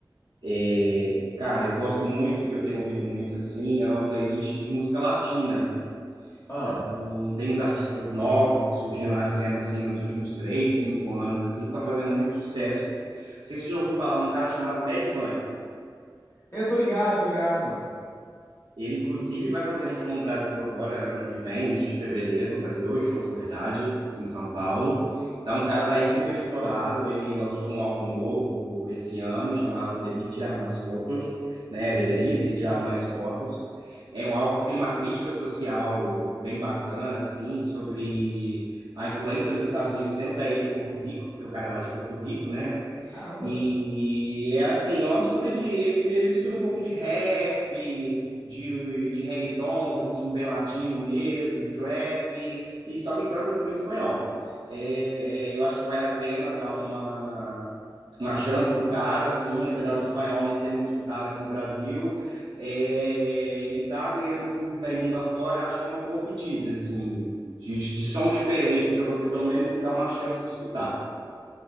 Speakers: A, on the right (about 80°); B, on the left (about 35°).
A: É, cara, eu gosto muito, e que eu tenho ouvido muito, assim, é uma playlist de música latina.
B: Ah,
A: Então, tem uns artistas novos que surgiram na cena assim nos últimos três, cinco anos assim, que estão fazendo muito sucesso. Não sei se você já ouviu falar num cara chamado Bad Bunny.
B: eu tô ligado, tô ligado.
A: Ele, inclusive, vai fazer um show no Brasil agora, ano que vem, início de fevereiro. Vai fazer dois shows, na verdade, em São Paulo. Então, o cara tá aí super estourado. Ele lançou um álbum novo esse ano, chamado Devi Tirar Mais Fotos, né? Deveria ter tirado mais fotos. É um álbum que tem uma crítica social bem bacana, assim, sobre a influência dos Estados Unidos dentro da ilha de Porto Rico, porque o cara é lá de Porto Rico, né?
B: Caramba.
A: E é assim, é uma mistura de. Ele, ele mistura um pouco de rap, de, de reggaeton, que é um ritmo bem latino mesmo, trap, e só que canta tudo em espanhol. É, eu acho que vale a pena dar uma, uma chance pro cara, assim, apesar do espanhol não ser muito escutado aqui no Brasil. é, ele tá ganhando público aí mundo afora, acho que é uma boa pedida, assim, de, de som diferente para você pelo menos se dar uma chance de escutar.